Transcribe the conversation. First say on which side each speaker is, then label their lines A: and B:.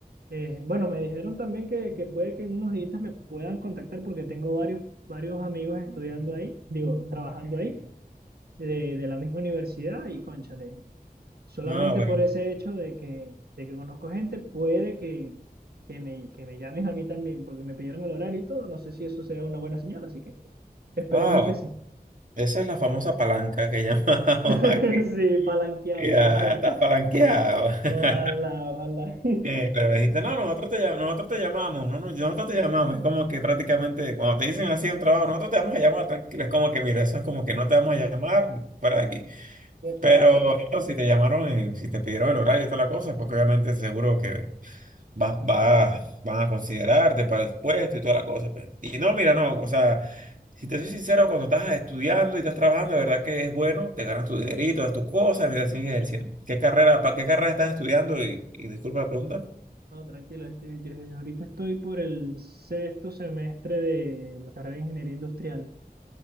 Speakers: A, on the right; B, on the right.
A: Eh, bueno, me dijeron también que, que puede que en unos días me puedan contactar porque tengo varios, varios amigos estudiando ahí, digo, trabajando ahí de, de la misma universidad y cónchale, solamente
B: Ah, bueno.
A: por ese hecho de que, de que conozco gente, puede que, que me, que me llamen a mí también, porque me pidieron el horario y todo, no sé si eso sea una buena señal, así que esperemos
B: Ah, bueno.
A: que sí.
B: Esa es la famosa palanca que llamamos
A: <laughs>
B: <laughs> aquí.
A: Sí, palanqueado,
B: Ya,
A: bueno, ojalá,
B: estás palanqueado. <laughs>
A: ojalá, ojalá. <laughs>
B: Eh, pero me dijiste, no, nosotros te, llam- nosotros te llamamos, no, no, nosotros te llamamos. Es como que prácticamente cuando te dicen así un trabajo, nosotros te vamos a llamar, tranquilo. Es como que, mira, eso es como que no te vamos a llamar para aquí.
A: Epa,
B: Pero bueno, si te llamaron, en- si te pidieron el horario y toda la cosa, porque obviamente seguro que vas, vas, van a considerarte para el puesto y toda la cosa. pues. Y no, mira, no, o sea, si te soy sincero, cuando estás estudiando y estás trabajando, de verdad que es bueno, te ganas tu dinerito, das tus cosas, mientras sigues ejerciendo. ¿Qué carrera, para qué carrera estás estudiando? Y, y disculpa la pregunta.
A: No, tranquilo, este, yo ahorita estoy por el sexto semestre de la carrera de Ingeniería Industrial.